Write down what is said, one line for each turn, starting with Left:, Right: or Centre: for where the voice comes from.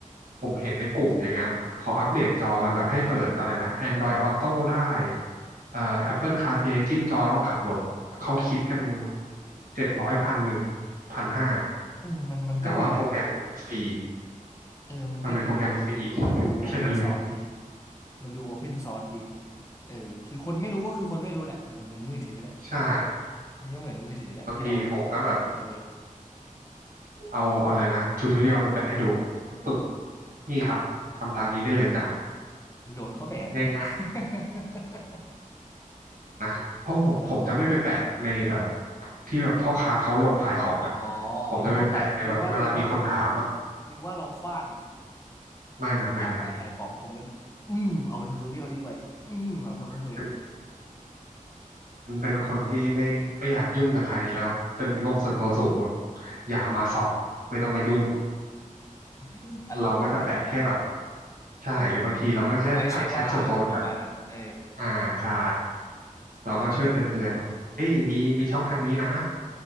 Right: ผมเห็นในกลุ่มอย่างเงี้ยเขาอัปเดตจอกันแบบให้เปิดอะไรนะ Android Auto ได้เอ่อ Apple CarPlay จิ้มจอแล้วขับรถเขาคิดกันเจ็ดร้อยพันหนึ่งพันห้า
Left: เออมันมันก็ดีนะ
Right: แต่ว่าโปรแกรมฟรี
Left: เออมันก็ดีนะดู
Right: มันเป็นโปรแกรมฟรี <laughs>
Left: ดูโอเพนซอร์สดี
Right: แค่นั้นเลย
Left: มันดูโอเพนซอร์สดีเออคือคนไม่รู้ก็คือคนไม่รู้แหละเหมือนเหมือนมือถือแหละ
Right: ใช่
Left: มันก็เหมือนมือถือแหละที่เราลงเออ
Right: บางทีผมก็แบบ เอาอะไรนะทูทอเรียลไปแปะให้ดูปึ๊บนี่ครับทำตามนี้ได้เลยจ้ะ
Left: โดนเขาแบนไหมนะ
Right: ง่าย
Left: <laughs>
Right: ๆเพราะผมผมจะไม่ไปแปะในแบบ
Left: อ่า
Right: ที่แบบพ่อค้าเขาลงขายของอ่ะ
Left: <laughs> อ๋ออ๋อนึกว่าแปะนึกว่านึกว่าแบบ
Right: ผมจะไปแปะในแบบเวลามีคนถามอ่ะ
Left: นึกว่าเราฟาดแบบ
Right: ไม่ไม่ไม่ไม่
Left: ลูกค้าแปะขายของคอมเมนต์อืมเอาททอสเรียลนีไปอืมเราทำด้วยตัวเอง
Right: เป็นเป็นเป็นคนที่ไม่ไม่อยากยุ่งกับใครแล้วเป็นโลกส่วนตัวสูงแบบอย่ามาส่องไม่ต้องมายุ่ง
Left: <laughs> อารมณ์ประมาณนั้นเลย
Right: เราก็จะแปะแค่แบบใช่หรือบางทีเราก็แค่ทักแชทส่วนตัวไปแบบ
Left: เออแบบรู้ไว้ใช่ว่าอารมณ์ประมาณนั้นเออ
Right: อ่าใช่เราก็ช่วยเตือนๆว่าเอ้ยมีมีช่องทางนี้นะ
Left: เออ